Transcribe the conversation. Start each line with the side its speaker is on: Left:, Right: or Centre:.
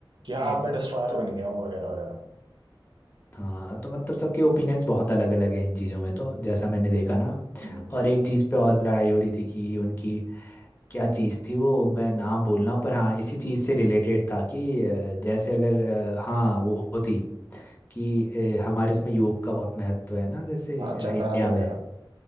Right: कि हाँ
Left: आ,
Right: अब मैं डिस्ट्रॉयर
Left: तो
Right: बन गया हूँ वगैरह वगैरह
Left: हाँ तो मतलब सबके ओपिनियंस बहुत अलग अलग हैं इन चीज़ों में तो जैसा मैंने देखा ना
Right: हम्म
Left: और एक चीज़ पे और लड़ाई हो रही थी कि उनकी क्या चीज़ थी वो मैं नाम बोल रहा हूँ पर हाँ इसी चीज़ से रिलेटेड था कि अ, जैसे अगर अ, हाँ वो वो थी कि अ, हमारे उसमें योग का बहुत महत्व है ना जैसे
Right: आप चक्रास
Left: अ, इंडिया
Right: वगैरह
Left: में